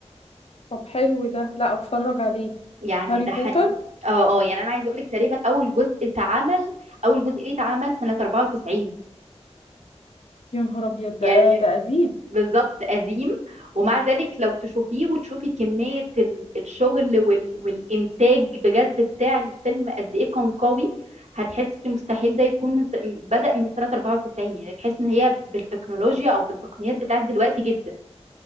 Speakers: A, on the left; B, on the right.
A: طب حلو ده لا اتفرج عليه
B: يعني
A: هاري
B: ده
A: بوتر
B: حقيقي اه اه يعني انا عايزه اقول لك تقريبا اول جزء اتعمل اول جزء ليه اتعمل سنه 94
A: يا نهار ابيض ده
B: يعني
A: ده قديم
B: بالظبط قديم ومع ذلك لو تشوفيه وتشوفي كميه ال- الشغل وال والانتاج بجد بتاع الفيلم قد ايه كان قوي هتحسي إن مستحيل ده يكون من س- بدأ من سنه 94 يعني تحس ان هي بالتكنولوجيا او بالتقنيات بتاعت دلوقتي جدا